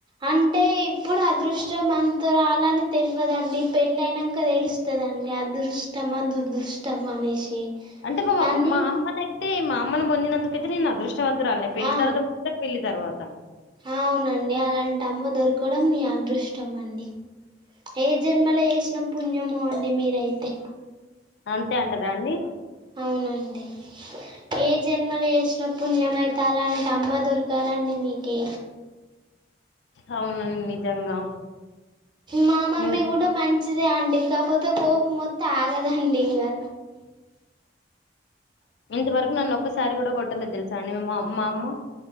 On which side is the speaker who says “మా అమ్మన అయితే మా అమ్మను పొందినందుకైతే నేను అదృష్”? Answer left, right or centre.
Left